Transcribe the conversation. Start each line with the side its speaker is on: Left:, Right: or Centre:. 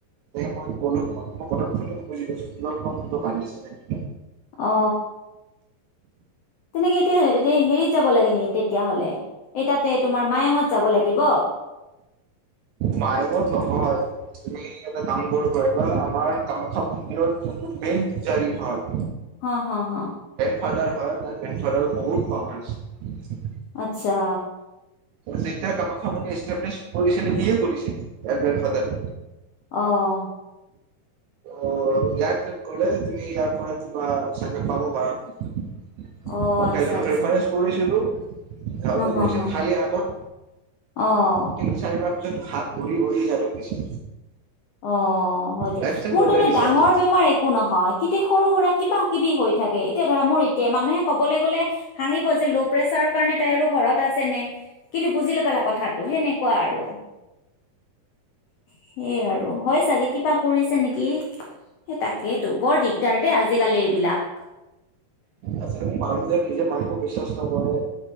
Right: মই কলো তোমাক মই কথাটো শুনি ল প <unintelligible>
Left: অ তেনেকে এতিয়া এতিয়া হেৰিত যাব লাগে নেকি তেতিয়াহলে এই তাতে তোমাৰ মায়ঙত যাব লাগিব?
Right: মায়ে মত নহয় তুমি এটা কাম কৰিব পাৰে বা আমাৰ কামাখ্যান্দিৰৰ যিটো মেইন পুজাৰি হয়
Left: হ হ হ
Right: ফডাৰ হয় তাৰ জেন ফডাৰ বহুত খাৰ আছে
Left: আচ্ছা
Right: যেতিয়া কামাখ্যা মন্দিৰ <unintelligible> কৰি <unintelligible> কৰিছিল ইয়াৰ গ্ৰণ্ড ফাদাৰ
Left: অহ
Right: অ ইয়াত কলে তুমি ইয়াৰ পৰা কিবা চাগে পাব পাৰা। মই
Left: অ আচ্ছা
Right: কেইজনক
Left: আচ্ছা
Right: ৰেফাৰেঞ্চ কৰিছিলো। নি সিহঁতে
Left: হ হ
Right: কৈছিল
Left: হ
Right: <unintelligible> হাতত
Left: অ
Right: তিনি চাৰিবাৰ পিছত ভাত ভৰি ভৰি সিহতক দিছে
Left: অ হয় দিয়া
Right: লাইফ ষ্টাইল
Left: মোৰ
Right: বদলাই
Left: তাৰমানে
Right: দিছে
Left: ডাঙৰ
Right: ইয়াত
Left: বেমাৰ একো নহয় কেতিয়া সৰু সুৰা কিবা কিবা <unintelligible> কি হৈ থাকে এতিয়া ধৰা মোৰ এতিয়াই মানুহে ক'বলৈ গ'লে হাঁহিব যে ল' প্ৰেচাৰৰ কাৰণে তাই আৰু <unintelligible> ঘৰত আছে নে কিন্তু বুজি নাপালা কথাটো সেনেকুৱা আৰু সেইয়াই আৰু হয় চাগে কিবা কৰিছে নেকি সেই তাকেইটো বৰ দিগদাৰ দেই আজিকালি এইবিলাক <unintelligible>
Right: আচ্ছা পানু যে নিজে মানুহকো বিশ্বাস নকৰে